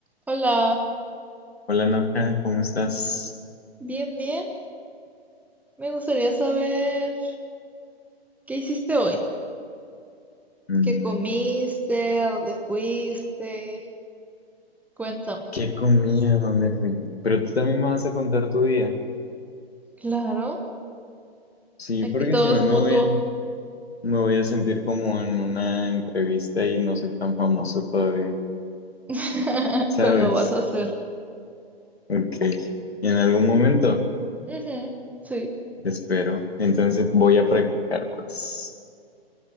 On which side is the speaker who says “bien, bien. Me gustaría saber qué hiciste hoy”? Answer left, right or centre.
Centre